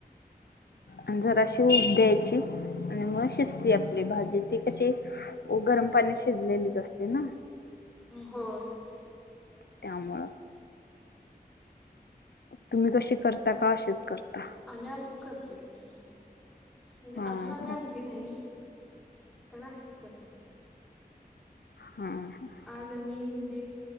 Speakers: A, on the left; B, in the centre.
A: आणि जराशी उब द्यायची आणि मग शिजती आपली भाजी ती कशी गरम पाण्यात शिजलेलीच असते ना.
B: होय.
A: त्यामुळं. तुम्ही कशी करता का अशीच करता?
B: आम्ही असेच करतोय. म्हणजे
A: हा
B: अजून आम्ही
A: हा
B: आण ते नाही, पहिला असशीच करत्या.
A: हम्म
B: त मी म्हणजे